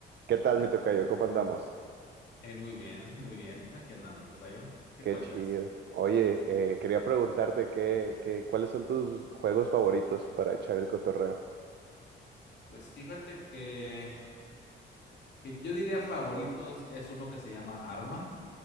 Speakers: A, on the right; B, on the left.
A: ¿Qué tal, mi tocayo? ¿Cómo andamos?
B: Eh, muy bien, muy bien. Aquí andamos, tocayo. ¿Qué
A: Qué
B: cuentas?
A: chido. Oye, eh, quería preguntarte qué, qué, cuáles son tus juegos favoritos para echar el cotorreo.
B: Pues fíjate que, que yo diría favoritos es uno que se llama Arma